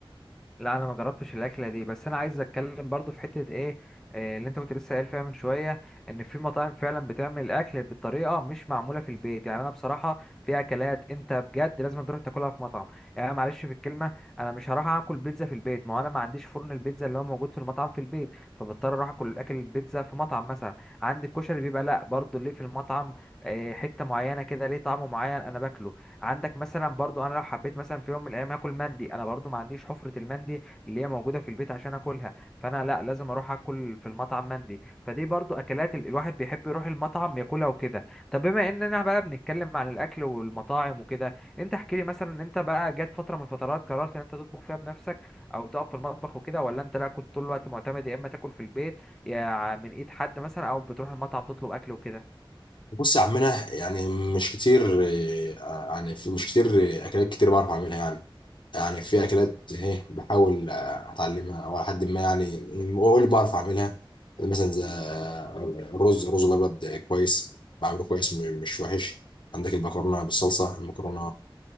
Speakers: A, in the centre; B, on the left.
A: لا انا ما جربتش الاكله دي بس انا عايز اتكلم برضو في حته ايه آه، اللي انت كنت لسه قايل فيها من شويه ان في مطاعم فعلا بتعمل الاكل بطريقه مش معموله في البيت يعني انا بصراحه في اكلات انت بجد لازم تروح تاكلها في مطعم يعني معلش في الكلمه انا مش هروح اكل بيتزا في البيت ما هو انا ما عنديش فرن البيتزا اللي هو موجود في المطعم في البيت فبضطر اروح اكل الاكل البيتزا في مطعم مثلا عندي الكشري بيبقى لا برضو ليه في المطعم آه، حته معينه كده ليه طعم معين انا باكله عندك مثلا برضو انا لو حبيت مثلا في يوم من الايام هاكل مندي انا برضو ما عنديش حفرة المندي اللي هي موجودة في البيت عشان اكلها فانا لا لازم اروح اكل في المطعم مندي فدي برضو اكلات ال- الواحد بيحب يروح المطعم ياكلها وكده طب بما اننا بقى بنتكلم عن الاكل والمطاعم وكده انت احكي لي مثلا إن انت بقى جات فترة من الفترات قررت ان انت تطبخ فيها بنفسك او تقف في المطبخ وكده ولا انت لا كنت طول الوقت معتمد يا اما تاكل في البيت يا من ايد حد مثلا او بتروح المطعم تطلب اكل وكده
B: بص يا عمنا يعني مش كتير آه، يعني في مش كتير آه، اكلات كتير بعرف اعملها يعني يعني في اكلات اهي بحاول آه، اتعلمها او على حد ما يعني اقول اللي بعرف اعملها مثلا زي آه، الرز الرز الابيض كويس بعمله كويس م- مش وحش عندك المكرونه بالصلصه المكرونه